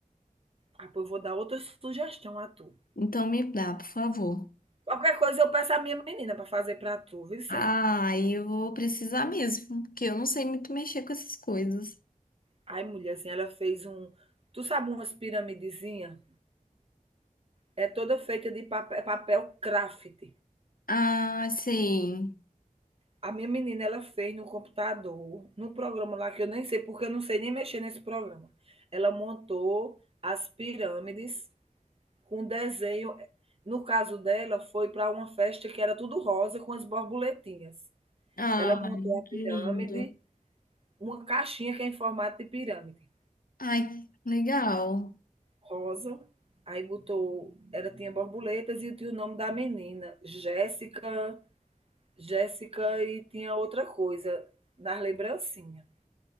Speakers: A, on the right; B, on the left.
A: Ah, pô, eu vou dar outra sugestão a tu.
B: Então me dá, por favor.
A: Qualquer coisa eu peço à minha menina para fazer para tu, viu? cê?
B: Ah, aí eu vou precisar mesmo, porque eu não sei muito mexer com essas coisas.
A: Aí, mulherzinha, ela fez um. Tu sabe umas piramidezinhas? É toda feita de papel, papel craft.
B: Ah, sim.
A: A minha menina, ela fez no computador, no programa lá que eu nem sei, porque eu não sei nem mexer nesse programa. Ela montou as pirâmides com desenho. No caso dela, foi para uma festa que era tudo rosa com as borboletinhas.
B: Ai,
A: Ela montou a pirâmide,
B: que lindo.
A: uma caixinha que é em formato de pirâmide,
B: Ai, legal.
A: rosa. Aí botou, ela tinha borboletas e tinha o nome da menina, Jéssica, Jéssica e tinha outra coisa nas lembrancinhas.